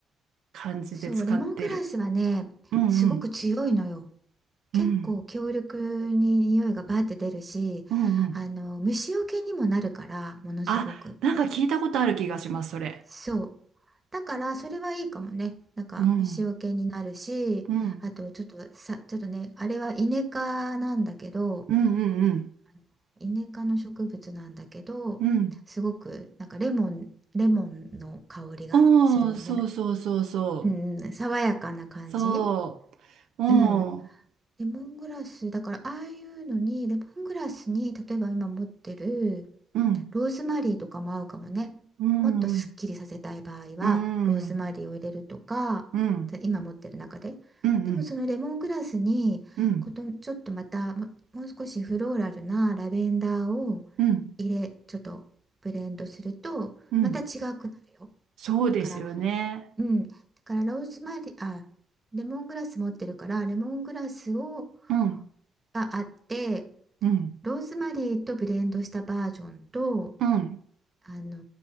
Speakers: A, on the right; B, on the right.
A: 感じで使ってる。
B: そう、レモングラスはね、
A: うんうん。
B: すごく強いのよ。結構強力に匂いがバーって出るしあの虫除けにもなるからものすごく
A: うん。うんうん。あ、なんか聞いたことある気がします、それ。
B: そうだからそれはいいかもねなんか虫除けになるしあとちょっとさちょっとねあれはイネ科なんだけど
A: うん。うん。うんうん
B: あのイネ科の植物なんだけどすごくなんかレモンレモンの香りがするよね
A: うん。うん。おー、そうそうそうそ
B: うんうん爽やかな感じ
A: う。そう。おー。
B: うんレモングラス、だからああいうのに、レモングラスに、例えば今持ってる
A: うん。
B: ローズマリーとかも合うかもね。
A: うんうん。
B: もっとすっきりさせたい場合は、
A: うん。
B: ローズマリーを入れるとか、
A: うん
B: で今持ってる中で。
A: うんうん。
B: でもそのレモングラスに、
A: うん
B: ことちょっとまたも、もう少しフローラルなラベンダーを
A: うん。
B: 入れ、ちょっとブレンドすると、
A: うん
B: また違くなるよ。
A: そうですよね。
B: だから、うん。だからローズマリー、あ、レモングラス持ってるから、レモングラスを
A: うん。
B: があって、
A: うん。
B: ローズマリーとブレンドしたバージョンと、
A: うん。
B: あの